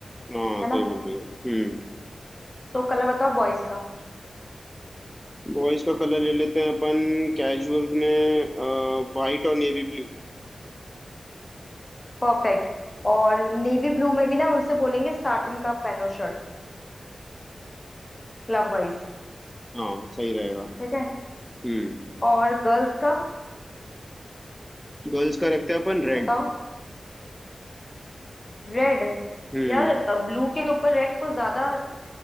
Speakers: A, in the centre; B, on the left.
A: हाँ
B: है
A: सही
B: ना
A: बोल रही है हम्म
B: तो कलर बताओ बॉयज का
A: बॉयज का कलर ले लेते हैं अपन कैजुअल्स में वाइट और नेवी ब्लू
B: परफेक्ट और नेवी ब्लू में भी ना उनसे बोलेंगे साटिन का पहनो शर्ट क्लब वाइज
A: हाँ सही रहेगा
B: ठीक है
A: हम्म
B: और गर्ल्स का
A: गर्ल्स का रखते हैं अपन रेड
B: बताओ रेड
A: हम्म
B: यार ब्लू के ऊपर रेड कुछ ज्यादा